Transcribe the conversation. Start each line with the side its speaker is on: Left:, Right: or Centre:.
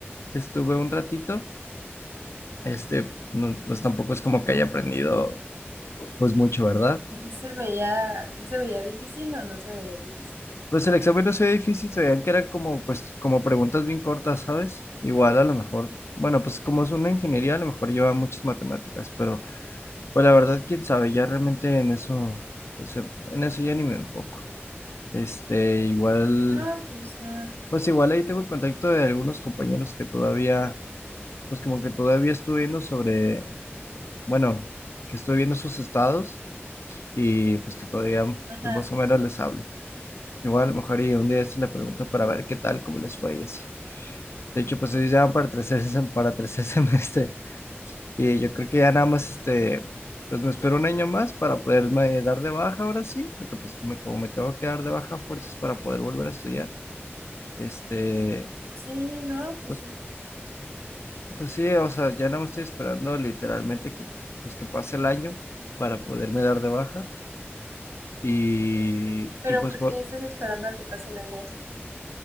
Left: estuve un ratito, este, no, pues tampoco es como que haya aprendido pues mucho, ¿verdad?
Right: ¿Y si se veía, si se veía difícil o no se veía difícil?
Left: Pues el examen no se veía difícil, se veían que eran como, pues, como preguntas bien cortas, ¿sabes? Igual a lo mejor, bueno, pues como es una ingeniería, a lo mejor lleva muchas matemáticas, pero pues la verdad, quién sabe, ya realmente en eso, pues en en eso ya ni me enfoco. Este, igual,
Right: No, pues no.
Left: pues igual ahí tengo el contacto de algunos compañeros que todavía, pues como que todavía estuve viendo sobre, bueno, que estoy viendo sus estados y pues que todavía,
Right: Ajá.
Left: pues más o menos les hablo. Igual, a lo mejor y un día se le pregunto para ver qué tal, cómo les fue y así. De hecho, pues ellos ya van para tercer, <laughs> sem- para tercer <laughs> semestre y yo creo que ya nada más, este, pues me espero un año más para poderme dar de baja ahora sí, porque pues me- como me tengo que dar de baja a fuerzas para poder volver a estudiar, este...
Right: Sí, no, pues
Left: Pues
Right: sí.
Left: Pues sí, o sea, ya no me estoy esperando literalmente que, pues, que pase el año para poderme dar de baja. Y,
Right: Pero
Left: y pues,
Right: ¿por
Left: bo-
Right: qué estás esperando a que pase el año? O